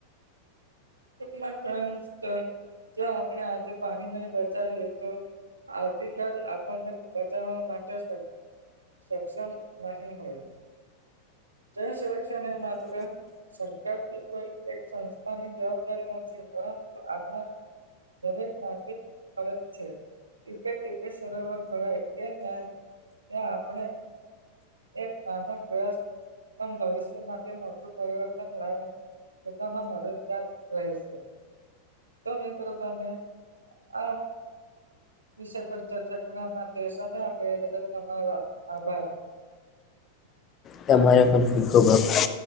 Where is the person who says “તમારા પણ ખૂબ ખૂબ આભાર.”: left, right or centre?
Left